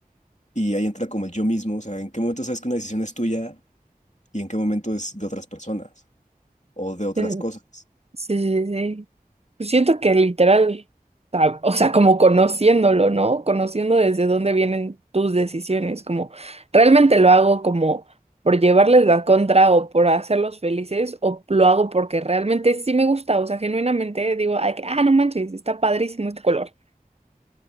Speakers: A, on the left; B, on the right.
A: Y ahí entra como el yo mismo. O sea, ¿en qué momento sabes que una decisión es tuya y en qué momento es de otras personas o de otras
B: Sí,
A: cosas?
B: sí, sí, sí. Pues siento que literal, sab- o sea, como conociéndolo, ¿no? Conociendo desde dónde vienen tus decisiones, como realmente lo hago como por llevarles la contra o por hacerlos felices o lo hago porque realmente sí me gusta, o sea, genuinamente digo, ay, que, ah, no manches, está padrísimo este color.